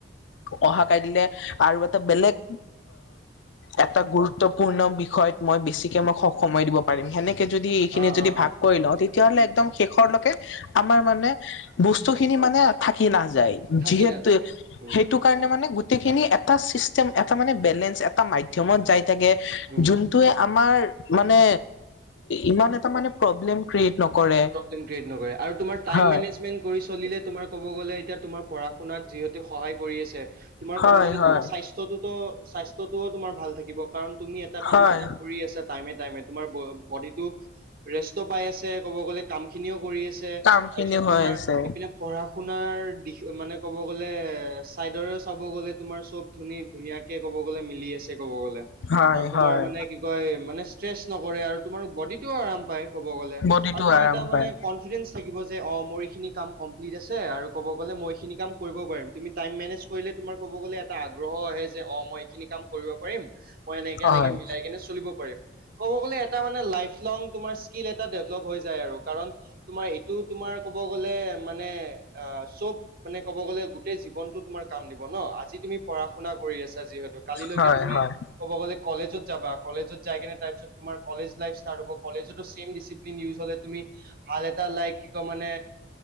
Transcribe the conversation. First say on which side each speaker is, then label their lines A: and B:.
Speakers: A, on the left; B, on the right.
A: অহা কাই দিলে আৰু এটা বেলেগ এটা গুৰুত্বপূৰ্ণ বিষয়। মই বেছিকে মই সময় দিব পাৰিম সেনেকে। যদি এইখিনি
B: অ
A: যদি
B: অ
A: ভাগ
B: অ
A: কৰি লওঁ তেতিয়াাহ'লে
B: উম
A: একদম শেষৰলৈকে আমাৰ মানে বস্তু খিনি মানে। থাকি নাযায়। থাকি নাযায়
B: থাকি
A: যিহেতো
B: নাযায় আৰু উম
A: সেইটো কাৰণে গোটেই খিনি এটা চিডিএম মানে এটা বেলেন্স। মাধ্মত যাই থাকে
B: উম
A: যোনটোৱে আমাৰ। মানে ইমান এটা মানে প্ৰব্লেম ক্ৰিয়েট। নকৰে
B: ৰ্পবেলেম ক্ৰিয়েট নকৰে আৰু তোমাৰ টাইম
A: হয়
B: মেনেজমেন্ট কৰি চলিলে তোমাৰ ক'ব গ'লে এতিয়া তোমাৰ। শুনাত যিহেতু সহায় কৰি আছে তোমাৰ
A: হয়
B: ক'ব গ'লে
A: হয়
B: তোমাৰ স্বাস্থ্যটোতো স্বাস্থ্যত তোমাৰ। ভাল থাকিব। কাৰণ তুমি এটা কাম
A: হয়
B: যেতিয়া কৰি আছা টাইমে টাইমে তোমাৰ বডিটো ৰেষ্ট পাই আছে। ক'ব গ'লে কাম খিনিও কৰি আছে
A: কাম
B: তাৰ
A: খিনি
B: পিছত
A: হৈ
B: তোমাৰ
A: আছে
B: এইপিনে পঢ়া। আপোনাৰ মানে ক'ব গ'লে চাইডৰে চাব গ'লে তোমাৰ চব ধুন ধুনীয় ক'ব। ক'ব গ'লে ‌মিলি আছে ক'ব গ'লে
A: হয়
B: আৰু তোমাৰ
A: হয়
B: মানে কি কয় মানে ইষ্ট্ৰছ নকৰে আৰু। তোমাৰ বডিটোও আৰাম পায় ক'ব গ'লে,
A: বডিটো
B: আৰু তোমাৰ
A: আৰাম
B: এটা মানে
A: পায়
B: কনফিডে থাকিব যে অ মোৰ এইখিনি। কাম কমপ্লিট আছে আৰু ক'ব গ'লে মই খিনি। কাম কৰিব পাৰিম তুমি টাইম মেনেজ কৰিলে তোমাৰ ক'ব গ'লে এটা আগ্ৰহ আহে যে অ মই এইখিনি ক। কৰিব পাৰিম মই এনেকে
A: হয়
B: এনেকে মিলাই কিনে চলিব পাৰিম ক'ব গ'লে এটা মানে লাইফ। তোমাং তোমাৰ এটা স্কিল ডেভলপমেণ্টৰ। ডেভেলপ হ'য় যায় আৰু কাৰণ তোমাৰ এইটো তোমাৰ ক'ব গ'লে মানে অ চব মানে। ক'ব গ'লে গোটেই জীৱনতো তোমাৰ কাম দিব ন আজি। আজি তুমি পঢ়া শুনা কৰি আছা যিহেতু কালিলৈকে
A: হয়
B: তুমি
A: হয়
B: ক'ব গ'লেজত যাবা। কলেজত যাই কিনে তাৰপিছ তোমাৰ কলেজ লাইফ ষ্টাৰ হ'ব। কলেজতো চেম ডিচিপ্লিন। নিউজ তুমি ভাল এটা লাইক কি কয় মানে।